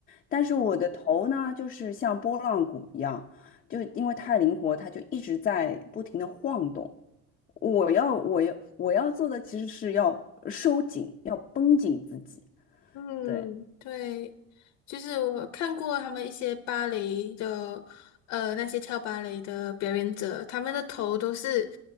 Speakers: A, on the left; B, on the left.
A: 但是我的头呢，就是像拨浪鼓一样，就因为太灵活，它就一直在不停的晃动。我要，我要，我要做的其实是要收紧，要绷紧自己。
B: 嗯，
A: 对，
B: 对，就是我看过他们一些芭蕾的，呃，那些跳芭蕾的表演者，他们的头都是